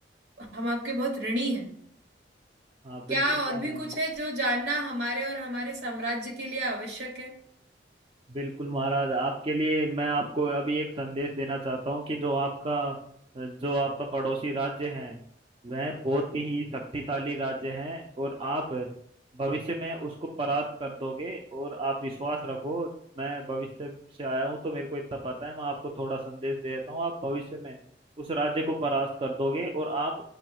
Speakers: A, on the right; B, on the right.
A: हम आपके बहुत ऋणी हैं
B: हाँ बिल्कुल
A: क्या और
B: महाराज
A: भी कुछ है जो जानना हमारे और हमारे साम्राज्य के लिए आवश्यक है
B: बिल्कुल महाराज आपके लिए मैं आपको अभी एक संदेश देना चाहता हूँ कि जो आपका जो आपका पड़ोसी राज्य है वह बहुत ही शक्तिशाली राज्य है और आप भविष्य में उसको परास्त कर दोगे और आप विश्वास रखो मैं भविष्य से आया हूँ तो मेरे को इतना पता है मैं आपको थोड़ा संदेश दे देता हूँ आप भविष्य में उस राज्य को परास्त कर दोगे और आप